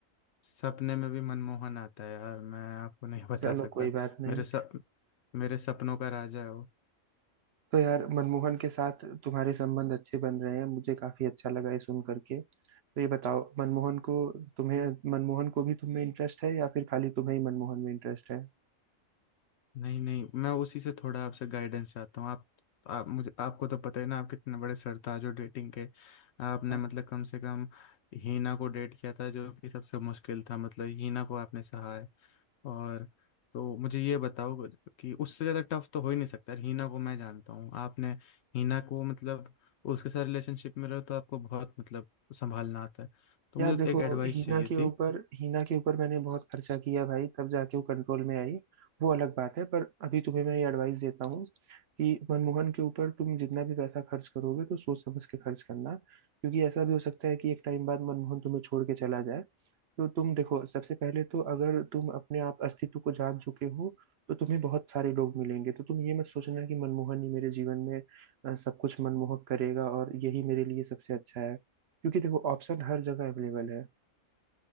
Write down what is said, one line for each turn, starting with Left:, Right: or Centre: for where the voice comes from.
Left: सपने में भी मनमोहन आता है यार मैं आपको नहीं <laughs> बता
Right: चलो
Left: सकता
Right: कोई बात नहीं
Left: मेरे सप मेरे सपनों का राजा है वो
Right: तो यार मनमोहन के साथ तुम्हारे संबंध अच्छे बन रहे हैं मुझे काफी अच्छा लगा ये सुन करके तो ये बताओ मनमोहन को तुम्हें मनमोहन को भी तुम्हें इंटरेस्ट है या फिर खाली तुम्हें ही मनमोहन में इंटरेस्ट है
Left: नहीं नहीं मैं उसी से थोड़ा आपसे गाइडेंस चाहता हूँ आप आप मुझे आपको तो पता ही ना आप कितने बड़े सरताज हो डेटिंग के आपने
Right: हाँ।
Left: मतलब कम से कम हीना को डेट किया था जो कि सबसे मुश्किल था मतलब हीना को आपने सहा है और तो मुझे ये बताओ कि उससे ज़्यादा टफ तो हो ही नहीं सकता यार, हीना को मैं जानता हूँ आपने हीना को मतलब उसके साथ रिलेशनशिप में रहो तो आपको बहुत मतलब संभालना आता है तो
Right: यार
Left: मुझे
Right: देखो
Left: तो एक एडवाइस
Right: हीना
Left: चाहिए
Right: के ऊपर
Left: थी
Right: हीना के ऊपर मैंने बहुत खर्चा किया भाई तब जाके वो कंट्रोल में आई वो अलग बात है पर अभी तुम्हें मैं ये एडवाइस देता हूँ कि मनमोहन के ऊपर तुम जितना भी पैसा खर्च करोगे तो सोच समझ के खर्च करना क्योंकि ऐसा भी हो सकता है कि एक टाइम बाद मनमोहन तुम्हें छोड़ के चला जाए तो तुम देखो सबसे पहले तो अगर तुम अपने आप अस्तित्व को जान चुके हो तो तुम्हें बहुत सारे लोग मिलेंगे तो तुम ये मत सोचना कि मनमोहन ही मेरे जीवन में अ, सब कुछ मनमोहक करेगा और यही मेरे लिए सबसे अच्छा है क्योंकि देखो ऑप्शन हर जगह अवेलेबल है